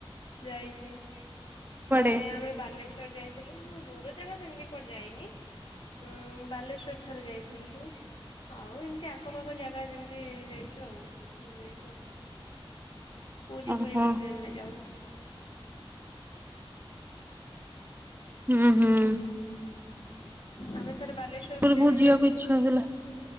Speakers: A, on the left (about 60°); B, on the right (about 20°).
A: ଯାଇଛି। ଥରେ
B: କୁଆଡେ?
A: ଆମେ ବାଲେଶ୍ୱଵର ଯାଇଥିଲୁ ମୁଁ ଦୂର ଜାଗା ସେମିତି କୁଆଡ ଯାଇନି। ଉଁ ବାଲେଶ୍ଵର ଥରେ ଯାଇଥିଲୁ। ଆଉ ଏମିତି ଆଖପାଖ ଜାଗା ଯେମିତି ଯାଇଚୁ ଆଉ ବୁଲିବାକୁ ପୁରୀ
B: ଓହୋ
A: ଫୁରୀ ବି ଟ୍ରେନରେ ଯାଉ।
B: ହୁଁ ହୁଁ।
A: ଆମେ ଥରେ ବାଲେଶ୍ଵର
B: ପୁରୀ
A: ବୁଲିବା
B: ପୁରୀ
A: ପାଇଁ
B: ଯିବାକୁ
A: ଯାଇଥିଲୁ।
B: ଇଚ୍ଛା ହୋଇଥିଲା